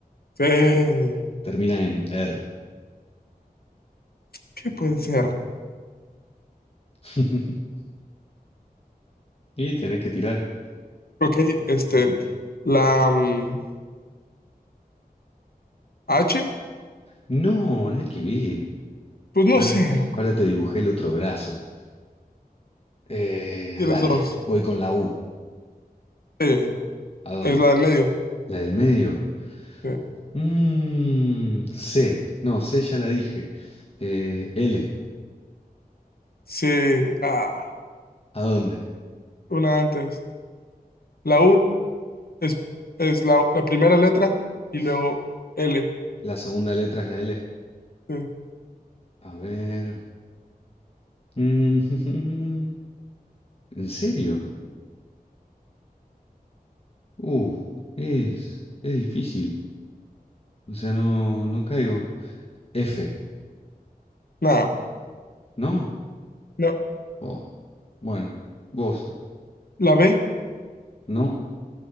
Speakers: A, on the left (about 75°); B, on the left (about 40°).
A: Eh,
B: Termina en R.
A: ¿Qué puede ser?
B: <laughs> Y tenés que tirar.
A: Ok, este. La mm, H.
B: No, nada que ver.
A: Pues no
B: Ahora,
A: sé. lo-
B: ahora te dibujé el otro brazo. Eh,
A: De
B: dale,
A: las dos.
B: voy con la U.
A: Sí.
B: ¿A dónde?
A: es la del medio.
B: ¿La del medio?
A: Eh,
B: Mmm, C. No, C ya la dije. Eh, L.
A: Sí. Ah,
B: ¿A dónde?
A: una antes. La U. Es, es la, la primera letra y
B: S-
A: luego L.
B: La segunda letra es la L.
A: Eh,
B: A ver. Mm, <laughs> ¿En serio? Uh, es, es difícil. O sea, no, no caigo. F.
A: no,
B: ¿No?
A: no,
B: Oh, bueno, vos.
A: la B,
B: No.